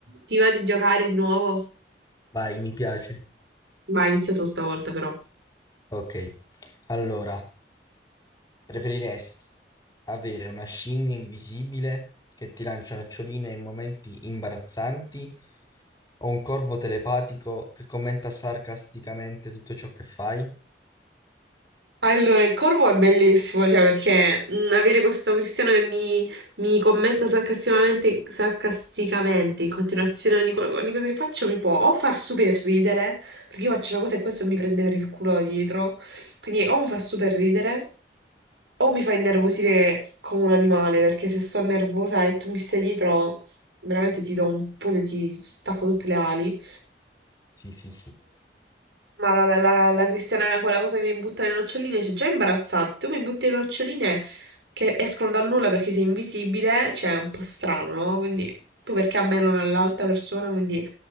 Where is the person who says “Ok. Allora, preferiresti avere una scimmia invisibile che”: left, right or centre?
Left